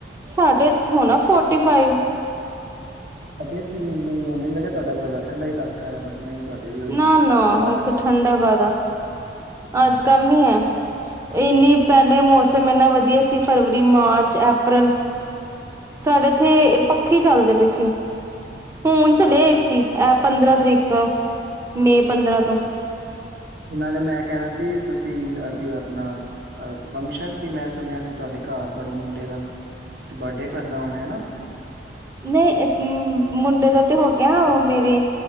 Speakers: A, on the right; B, on the right.
A: ਸਾਡੇ ਇੱਥੇ ਹੋਣਾ ਫੋਰਟੀ ਫਾਈਵ
B: ਅ ਇੱਥੇ ਵੀ ਇਨਾ ਆ ਮੈਨੂੰ ਲੱਗਿਆ ਤੁਹਾਡਾਥੋੜਾ ਠੰਢਾ ਇਲਾਕਾ ਹੈ ਨਹੀਂ ਤੁਹਾਡੇ ਵੀ ਉਹੀ
A: ਨਾ
B: ਹੈ
A: ਨਾ
B: ਸਾਡੇ ਦਾ
A: ਇੱਥੇ ਠੰਡਾ ਕਾਹਦਾ
B: ਹੂੰ
A: ਅੱਜ ਕੱਲ ਨੀ ਹੈ
B: ਸਹੀ
A: ਇੰਨੀ
B: ਗੱਲ ਹੈ
A: ਪਹਿਲੇ ਮੌਸਮ ਮੇਨਾ ਵਧੀਆ ਸੀ ਫਰਵਰੀ ਮਾਰਚ ਅਪ੍ਰੈਲ
B: ਹਮ,
A: ਸਾਡੇ ਇੱਥੇ ਪੱਖੀ ਚੱਲਦੇ ਪਏ ਸੀ <inaudible>
B: ਅੱਛਾ ਅੱਛਾ
A: ਹੂੰ ਚਲੇ ਏ ਸੀ ਇਹ ਪੰਦਰਾਂ ਤਰੀਕ ਤੋਂ ਪੰਦਰਾਂ ਤੋਂ
B: ਨਾਲੇ ਮੈਂ ਕਹਿਣਾ ਸੀ ਤੁਸੀਂ ਆਪਣਾ ਫੰਕਸ਼ਨ ਸੀ ਮੈਂ ਸੁਣਿਆ ਸੀ ਤੁਹਾਡੇ ਘਰ ਤੁਹਾਡੇ ਮੁੰਡੇ ਦਾ ਤੁਂ ਬਰਡੇ ਕਰਨਾ ਹੋਣਾ ਹਨਾ
A: ਨਹੀਂ ਇਸ ਮੁੰਡੇ ਦਾ ਤੇ ਹੋ ਗਿਆ ਉਹ ਮੇਰੇ